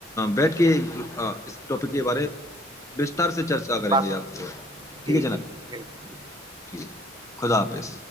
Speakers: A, on the left; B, on the right.
A: بیٹھ کے اس ٹاپک کے بارے بستار سے چرچا کریں
B: بات
A: گے آپ کو ٹھیک
B: جی
A: ہے جناب
B: بالکل بالکل
A: ٹھیک خدا حافظ